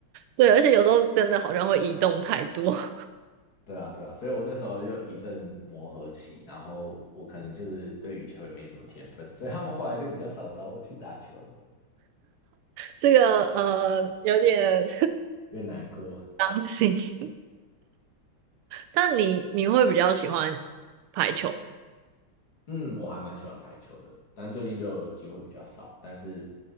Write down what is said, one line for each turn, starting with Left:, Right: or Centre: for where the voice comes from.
Right: 对，而且有时候真的好像会移动太多，<laughs>
Left: 对啊，对啊，所以我那时候就有一阵磨合期，然后我可能就是对羽球也没什么天分，所以他们后来就比较少找我去打球了，
Right: 这个呃有点
Left: 越难过。
Right: <laughs> 伤心。但你你会比较喜欢排，
Left: 嗯，我还蛮喜欢排球的，但最近就机会比较少。但是，